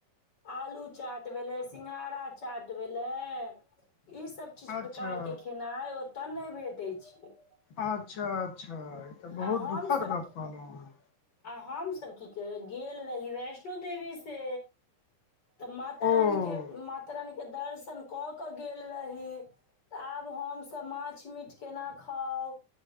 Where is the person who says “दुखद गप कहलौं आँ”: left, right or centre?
Left